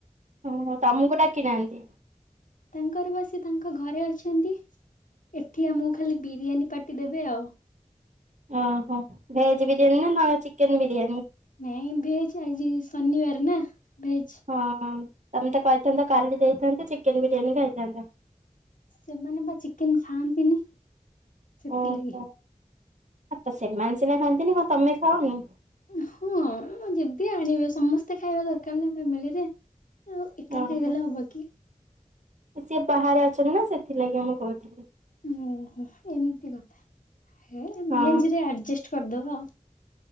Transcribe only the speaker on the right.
ଓହୋ ତମକୁ ଡ଼ାକି ନାହାଁନ୍ତି?
ଓହୋ ଭେଜ ବିରିୟାନୀ ନା ନା ଚିକେନ୍ ବିରିୟାନୀ?
ହଁ ତମେ ତ କହିଥାନ୍ତ କାଲି ଦେଇଥାନ୍ତେ ଚିକେନ ବିରିୟାନୀ ଖାଇଥାନ୍ତ।
ଓହୋ ଆ ସେମାନେ ସିନା ଖାଆନ୍ତି ନି କଣ ତମେ ଖାଅନି?
ଓହୋ
ସିଏ ବାହାରେ ଅଛନ୍ତି ନା ସେଥିଲାଗି ମୁଁ କହୁଥିଲି।
ହଁ